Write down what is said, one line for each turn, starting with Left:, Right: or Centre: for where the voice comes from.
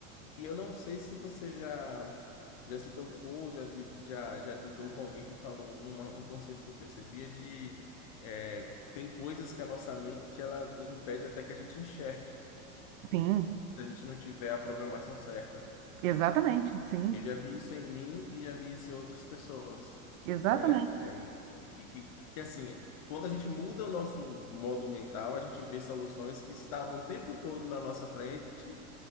Left: E eu não sei se você já já se tocou, já, li- já, já lidou com alguém que falou um, um conceito que eu percebia de é, tem coisas que a nossa mente ela impede até que a gente enxergue,
Right: Sim,
Left: se a gente não tiver a programação certa.
Right: exatamente, sim,
Left: Eu já vi isso em mim e já vi isso em outras pessoas,
Right: exatamente.
Left: né? É, e que, que, que assim, quando a gente muda o nosso modo mental, a gente vê soluções que estavam o tempo todo na nossa frente